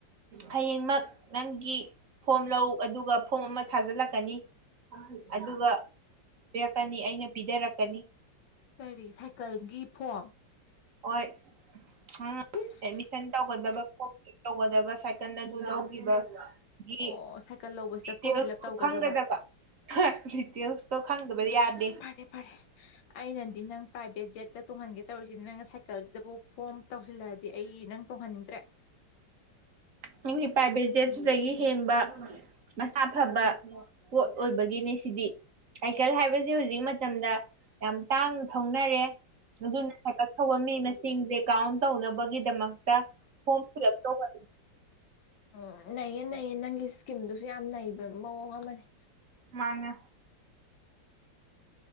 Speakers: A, on the right; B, on the left.
A: ꯍꯌꯦꯡꯃꯛ ꯅꯪꯒꯤ ꯐꯣꯝ ꯂꯧ ꯑꯗꯨꯒ ꯐꯣꯝ ꯑꯃ ꯊꯥꯖꯤꯜꯂꯛꯀꯅꯤ ꯑꯗꯨꯒ ꯄꯤꯔꯛꯀꯅꯤ ꯑꯩꯅ ꯄꯤꯊꯔꯛꯀꯅꯤ
B: ꯀꯔꯤ ꯁꯥꯏꯀꯜꯒꯤ ꯐꯣꯝ
A: ꯍꯣꯏ ꯅꯪꯅ
B: ꯏꯁ
A: ꯑꯦꯠꯃꯤꯁꯟ ꯇꯧꯒꯗꯕꯥꯀꯣ ꯇꯧꯒꯗꯕ ꯁꯥꯏꯀꯜ ꯑꯗꯨ ꯂꯧꯈꯤꯕ ꯗꯦꯇꯦꯜꯁ
B: ꯑꯣ ꯁꯥꯏꯀꯜ ꯂꯧꯕꯁꯤꯗ ꯐꯣꯔꯝ ꯐꯤꯜ ꯑꯞ ꯇꯧꯒꯗꯧꯕ
A: ꯈꯪꯒꯗꯕ ꯗꯦꯇꯦꯜꯁꯇꯣ ꯈꯪꯗꯕꯗꯤ ꯌꯥꯗꯦ
B: ꯐꯔꯦ ꯐꯔꯦ ꯑꯩꯅꯗꯤ ꯅꯪ ꯄ꯭ꯔꯥꯏꯚꯦꯠ ꯖꯦꯠꯇ ꯇꯣꯡꯍꯟꯒꯦ ꯇꯧꯔꯤꯁꯤꯅ ꯅꯪ ꯉꯁꯥꯏ ꯀꯜꯁꯤꯗꯕꯨꯥꯎ ꯐꯣꯝ ꯇꯧꯁꯤꯜꯂꯛꯑꯗꯤ ꯑꯩ ꯅꯪ ꯇꯧꯍꯟꯅꯤꯡꯗ꯭ꯔꯦ
A: ꯅꯪꯒꯤ ꯄꯔꯥꯏꯕꯦꯠ ꯖꯦꯠ ꯑꯗꯨꯗꯒꯤ ꯊꯦꯡꯕ ꯃꯁꯥ ꯐꯕ ꯄꯣꯠ ꯑꯣꯏꯕꯒꯤꯅꯦ ꯁꯤꯗꯤ ꯑꯥꯏꯀꯜ ꯍꯥꯏꯕꯁꯤ ꯍꯧꯖꯤꯛ ꯃꯇꯝꯗ ꯌꯥꯝ ꯇꯥꯡꯅ ꯊꯧꯅꯔꯦ ꯑꯗꯨꯅ ꯍꯥꯏꯀꯠ ꯊꯧꯕ ꯃꯤ ꯃꯁꯤꯡꯁꯦ ꯀꯥꯎꯟ ꯇꯧꯅꯕꯒꯤꯗꯃꯛꯇ ꯍꯣꯝ ꯐꯤꯜ ꯑꯞ ꯇꯧꯕ
B: ꯎꯝ ꯅꯩꯌꯦ ꯅꯩꯌꯦ ꯅꯪꯒꯤ ꯏꯁꯀꯤꯝꯗꯨꯁꯨ ꯌꯥꯝ ꯅꯩꯕ ꯃꯑꯣꯡ ꯑꯃꯅꯦ
A: ꯃꯥꯅꯦ